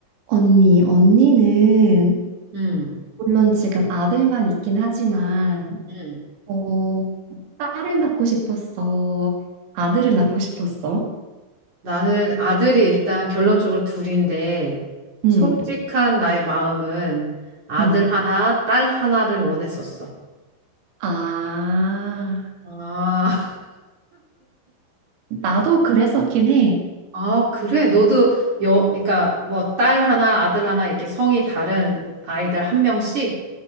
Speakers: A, on the right (about 90°); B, on the right (about 40°).
A: 언니, 언니는
B: 음,
A: 물론 지금 아들만 있긴 하지만
B: 음.
A: 어, 딸을 낳고 싶었어. 아들을 낳고 싶었어.
B: 나는 아들이 일단 결론적으로 둘인데,
A: 음,
B: 솔직한 나의 마음은 아들
A: 음.
B: 하나, 딸 하나를 원했었어.
A: 아,
B: 아, <laughs>
A: 나도 그랬었긴 해.
B: 아, 그래. 너도 여, 그러니까 뭐 딸 하나, 아들 하나 이렇게 성이 다른 아이들 한 명씩?